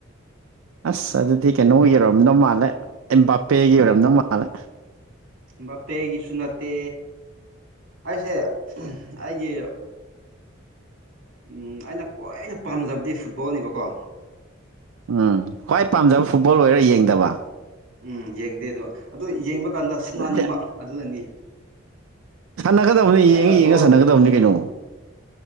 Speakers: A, on the right (about 85°); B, on the right (about 65°).
A: ꯑꯁ ꯑꯗꯨꯗꯤ ꯀꯩꯅꯣꯒꯤ ꯑꯣꯏꯔꯝꯅꯧ ꯃꯥꯜꯂꯦ ꯑꯕꯥꯄꯦꯒꯤ ꯑꯣꯏꯔꯗꯧ ꯃꯥꯜꯂꯦ
B: ꯕꯥꯞꯄꯦꯒꯤꯁꯨ ꯅꯠꯇꯦ ꯑꯩꯁꯦ ꯑꯩꯒꯤ ꯎꯝ ꯑꯩꯅ ꯈ꯭ꯋꯥꯏꯅ ꯄꯥꯝꯖꯕꯗꯤ ꯐꯨꯠꯕꯣꯜꯅꯤꯕꯀꯣ
A: ꯎꯝ ꯈ꯭ꯋꯥꯏ ꯄꯥꯝꯖꯕ ꯐꯨꯠꯕꯣꯜ ꯑꯣꯏꯔꯒ ꯌꯦꯡꯗꯕ
B: ꯎꯝ ꯌꯦꯡꯗꯦ ꯑꯗꯣ ꯑꯗꯨ ꯌꯦꯡꯕ ꯀꯥꯟꯗ ꯁꯥꯅꯅꯤꯡꯕ
A: ꯑꯗꯨꯗꯤ
B: ꯑꯗꯨꯅꯅꯤ
A: ꯁꯥꯟꯅꯒꯗꯕꯅꯤ
B: ꯑꯩꯅ
A: ꯌꯦꯡꯉ
B: ꯕꯣꯜ
A: ꯌꯦꯡꯉ ꯁꯥꯟꯅꯒꯗꯕꯅꯤ ꯀꯩꯅꯣ